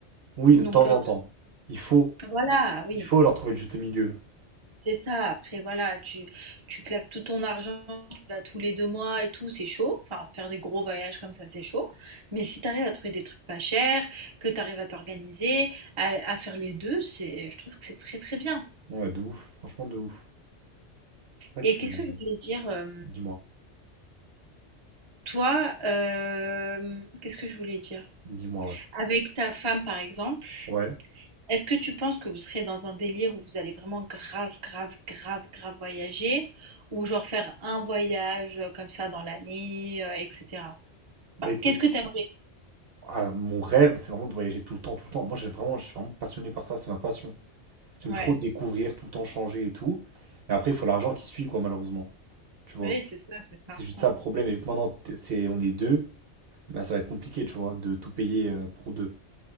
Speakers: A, on the right (about 60°); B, on the right (about 30°).
A: Oui,
B: Donc,
A: de temps
B: euh,
A: en temps. Il faut.
B: voilà, oui.
A: Il faut leur trouver le juste milieu.
B: C'est ça, après voilà, tu, tu claques tout ton argent, tu vas tous les deux mois et tout, c'est chaud. Enfin, faire des gros voyages comme ça, c'est chaud. Mais si tu arrives à trouver des trucs pas chers, que tu arrives à t'organiser, à, à faire les deux, c'est, je trouve que c'est très très bien.
A: Non, ouais, de ouf. Franchement, de ouf. pour ça
B: Et
A: que.
B: qu'est-ce que je voulais dire, euh,
A: Dis-moi.
B: toi, euh, qu'est-ce que je voulais dire?
A: Dis-moi, ouais.
B: Avec ta femme, par exemple.
A: Ouais.
B: Est-ce que tu penses que vous serez dans un délire où vous allez vraiment grave, grave, grave, grave voyager, ou genre faire un voyage euh, comme ça dans l'année, euh, etc.
A: Bah
B: Enfin,
A: écoute,
B: qu'est-ce que t'aimerais?
A: ah, mon rêve, c'est vraiment de voyager tout le temps, tout le temps. Moi, j'ai vraiment, je suis vraiment passionné par ça, c'est ma passion. J'aime
B: Ouais,
A: trop découvrir, tout le temps changer et tout. Mais après, il faut l'argent qui suit, quoi, malheureusement. Tu vois.
B: oui, c'est ça, c'est ça.
A: C'est juste
B: Ouais.
A: ça le problème. Et vu que maintenant, t'es- c'est, on est deux, bah ça va être compliqué, tu vois, de tout payer euh, pour deux.